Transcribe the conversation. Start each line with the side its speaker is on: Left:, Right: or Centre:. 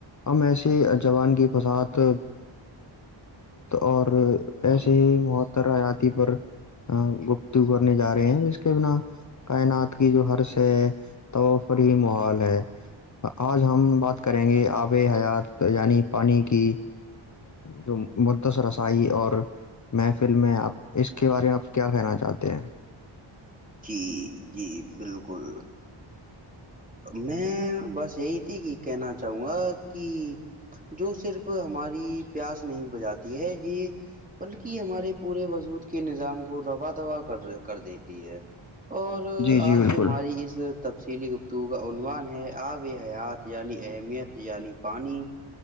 Left: ہم ایسے جوان کی فساد اور اییسے ہی متر آیاتی پر گپتو کرنے جا رہے ہیں جس کے بنا کائنات کی جو ہرش ہے تو پر ہی ماحول ہے آج ہم بات کریں گے آب حیات یعنی پانی کی جو مدس رسائی اور محفل میں آپ اس کے بارے میں آپ کیا کہنا چاہتے ہیں
Right: جی جی بالکل میں بس یہی تھی کہ کہنا چاہوں گا کہ جو صرف ہماری پیاس نہیں بجاتی ہے یہ بلکہ ہمارے پورے وجود کے نظام کو روا دا کر کر دیتی ہے اور
Left: جی جی
Right: آج
Left: بالکل
Right: ہماری اس تفصیلی گفتگو کا عنوان ہے آپ حیات یعنی اہمیت یعنی پانی